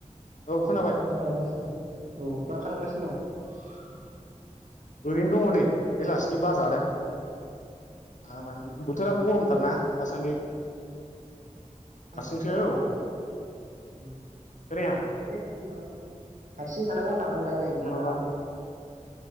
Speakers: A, on the left; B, on the right.
A: औ खोनाबाय
B: ए मा खालामगासिनो दं औ मा खालामगासिनो दं
A: ओरैनो दङ नै बेला सिनि बार जादों
B: दं
A: आराम बोथोराबो गरमथारना दासान्दि
B: औ
A: हारसिंसो
B: हारसिं नामा
A: औ
B: उ <unintelligible>
A: खोनाया
B: हारसिं थानांगौ हारसिं थानांगौ होनदां मोजां जायो
A: नङाबा
B: थानदानो